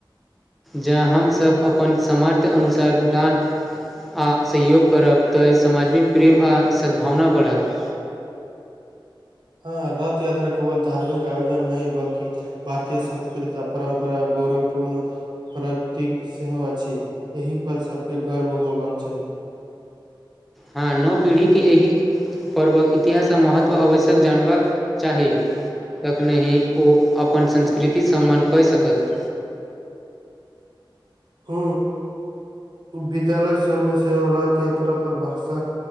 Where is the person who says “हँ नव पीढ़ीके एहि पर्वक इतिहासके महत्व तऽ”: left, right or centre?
Centre